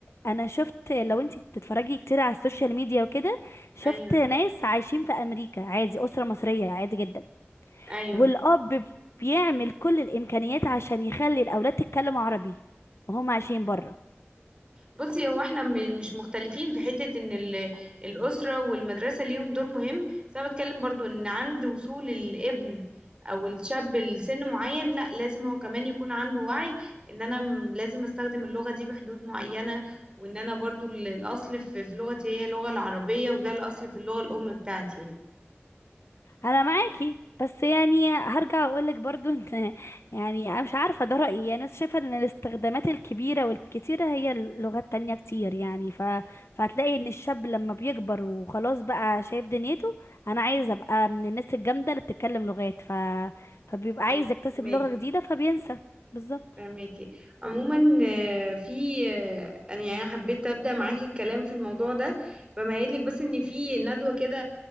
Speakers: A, on the left; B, on the right.
A: انا شفت لو انت بتتفرجي كتير على السوشيال ميديا وكده شفت
B: ايوه
A: ناس عايشين في امريكا عادي اسرة مصرية عادي جدا
B: ايوه
A: والأب بيعمل كل الإمكانيات عشان يخلي الأولاد تتكلم عربي وهم عايشين برا
B: بصي هو احنا م- مش مختلفين في حتة ان ال- الأسرة والمدرسة ليهم دور مهم بس انا بتكلم برضو ان عند وصول الابن او الشاب لسن معين لا لازم هو كمان يكون عنده وعي ان انا م- لازم استخدم اللغة دي بحدود معينة وان انا برضو ال- الاصل في في لغتي هي اللغة العربية وده الاصل في اللغة الام بتاعتي يعني
A: أنا معاكي بس يعني هرجع أقولك برضو إن <laughs> يعني أنا مش عارفة ده رأيي أنا شايفة إن الاستخدامات الكبيرة والكتيرة هي لغات تانية كتير يعني ف... فهتلاقي إن الشاب لما بيكبر وخلاص بقى شايف دنيته أنا عايز أبقى من الناس الجامدة اللي بتتكلم لغات ف... فبيبقى عايز
B: ايوه
A: يكتسب
B: ماكي
A: لغة جديدة فبينسى بالظبط
B: فهماكي عموما آه، في آه، انا يعني أنا حبيت ابدا معاكي الكلام في الموضوع ده فمهيئ لك بس ان في ندوه كده